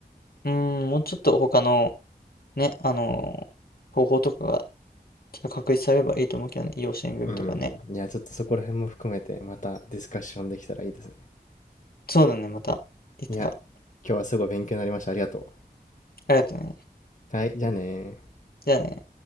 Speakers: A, on the left; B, on the left.
A: うん、もうちょっと他の、ね、あのー方法とかが、ちょっと確立されればいいと思うけどね。養子縁組とかね。
B: うん。いや、ちょっとそこら辺も含めてまたディスカッションできたらいいですね。
A: そうだね、また、いつか。
B: いや、今日はすごい勉強になりました。ありがと
A: ありがとうね。
B: う。はい、じゃあねー。
A: じゃあね。